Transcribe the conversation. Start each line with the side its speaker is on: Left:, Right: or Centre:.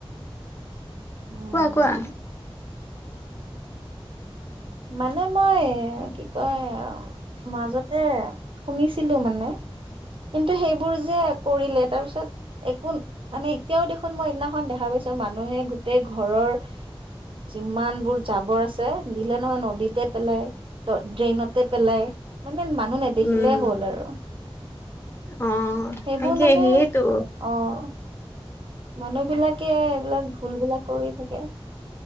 Right: উম
Left: কোৱা কোৱা?
Right: মানে মই কি কয় মাজতে শুনিছিলো মানে। কিন্তু সেইবোৰ যে কৰিলে তাৰপিছত একো মানে এতিয়াও দেখোন মই ইদিনাখন দেখা পাইছো মানুহে গোটেই ঘৰৰ যিমানবোৰ জাবৰ আছে দিলে নহয় নদীতে পেলাই। ত ড্ৰেইনতে পেলাই মানে মানুহ নেদেখিলে
Left: উম
Right: হ'ল আৰু।
Left: অ
Right: সেইবোৰ
Left: তাকে
Right: মানে
Left: সেইয়েটো
Right: অ'। মানুহ বিলাকে এইবিলাক ভুলবিলাক কৰি থাকে।